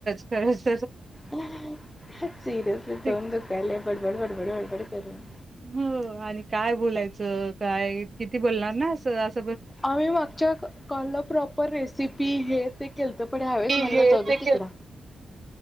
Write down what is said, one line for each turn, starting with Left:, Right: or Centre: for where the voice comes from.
Right: हा
Left: सीरयसली
Right: ते
Left: तोंड दुखायलय बडबड बडबड बडबड करून
Right: हो आणि काय बोलायचं काय किती बोलणार ना असं अस
Left: आम्ही मागच्या कॉल ला प्रॉपर रेसिपी हे ते केलत पण ह्यावेळेस
Right: ते
Left: म्हणलं
Right: हे
Left: जाऊद्या
Right: ते
Left: तिकडं
Right: केल